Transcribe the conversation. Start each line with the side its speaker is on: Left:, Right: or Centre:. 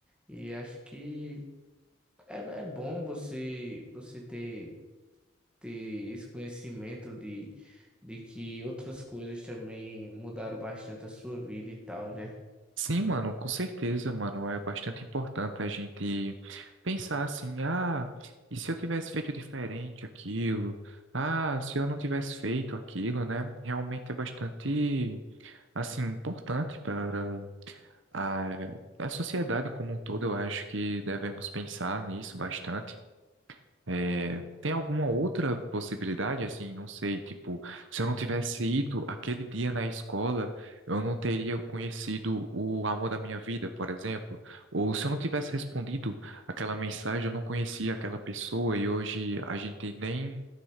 Centre: E acho que é, é bom você você ter, ter esse conhecimento de, de que outras coisas também mudaram bastante a sua vida e tal, né?
Right: Sim, mano, com certeza, mano. É bastante importante a gente pensar assim, ah, e se eu tivesse feito diferente aquilo? Ah, se eu não tivesse feito aquilo, né? Realmente é bastante, assim, importante para a, a sociedade como um todo. Eu acho que devemos pensar nisso bastante. É, tem alguma outra possibilidade, assim, não sei, tipo, se eu não tivesse ido aquele dia na escola, eu não teria conhecido o amor da minha vida, por exemplo, ou se eu não tivesse respondido aquela mensagem, eu não conhecia aquela pessoa e hoje a gente nem